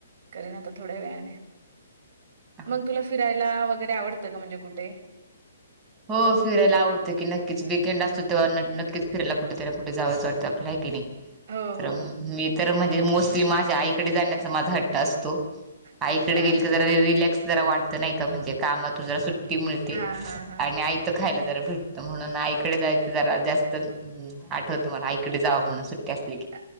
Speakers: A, on the right; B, on the right.
A: करीन आता थोड्या वेळाने.
B: <inaudible>
A: मग तुला फिरायला वगैरे आवडतं का, म्हणजे कुठे. द
B: हो फिरायला आवडतं की नक्कीच विकेंड असतो तेव्हा न, नक्कीचं फिरायला कुठेतर कुठ जावसं वाटतं आपल्याला हाय की नाही.
A: हो,
B: तर
A: हो.
B: मी तर म्हणजे, मोस्टली माझ्या आईकडे जाण्याचा माझा हट्ट असतो. आईकडे
A: अच्छा.
B: गेले की जरा रिलॅक्स जरा वाटतं नाही का म्हणजे, कामातून जरा सुट्टी मिळते.
A: हां, हां, हां.
B: आयतं खायला जरा भेटतं म्हणून आईकडे जायचं जरा जास्तच. हम्. आठवतं मला आईकडे जावं म्हणून सुट्टी असली की.
A: अ